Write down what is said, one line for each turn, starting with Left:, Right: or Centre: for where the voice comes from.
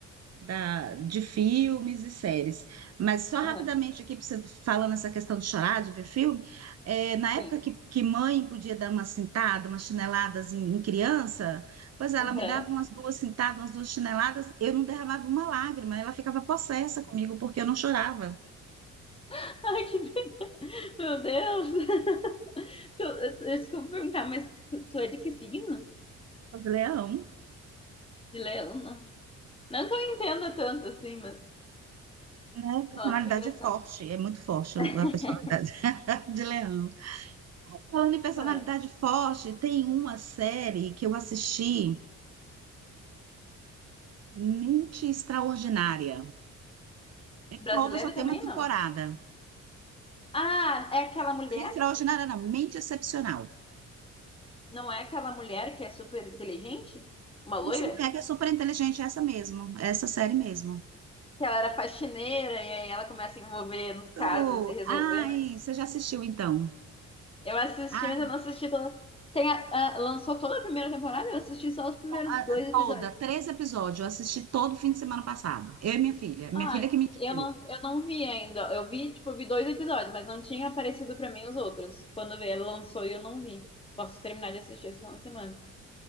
Right: da, de filmes e séries. Mas só
Left: aham,
Right: rapidamente aqui, pra você falando essa questão de chorar, de ver filme, é, na época
Left: sim.
Right: que, que mãe podia dar uma cintada, umas chineladas em, em criança, pois ela
Left: aham.
Right: me dava umas duas cintadas, umas duas chineladas, eu não derramava uma lágrima, ela ficava possessa comigo porque eu não chorava.
Left: <laughs> Ai, que... be- Meu Deus. <laughs> Tu, eu, eu desculpa perguntar, mas tu, tu é de que signo?
Right: Eu falei, Leão,
Left: De leão, não? Não que eu entenda tanto assim, mas.
Right: a personalidade
Left: Nossa, engraçado.
Right: é forte, é muito forte a
Left: <laughs>
Right: personalidade <laughs> de Leão. Falando em personalidade
Left: Ah,
Right: forte, tem uma série que eu assisti, Mente Extraordinária. É
Left: Brasileira
Right: nova, só tem
Left: também
Right: uma temporada.
Left: não. Ah, é aquela mulher?
Right: Extraordinária não, Mente Excepcional.
Left: Não é aquela mulher que é super inteligente? Uma loira?
Right: Essa mulher que é super inteligente, é essa mesmo, é essa série mesmo.
Left: Que ela era faxineira e aí ela começa a envolver nos casos
Right: Tu-
Left: e resolver,
Right: Ai,
Left: né?
Right: você já assistiu então?
Left: Eu assisti,
Right: Ai,
Left: mas eu não assisti toda. Tem a- a- lançou toda a primeira temporada, eu assisti só os primeiros
Right: a-
Left: dois
Right: a-
Left: episódios.
Right: toda, três episódios, eu assisti todo fim de semana passado. Eu e minha filha, minha
Left: Ah,
Right: filha que me indicou.
Left: eu não, eu não vi ainda. Eu vi, tipo, eu vi dois episódios, mas não tinha aparecido pra mim os outros. Quando veio, ela lançou e eu não vi. Posso terminar de assistir esse final de semana.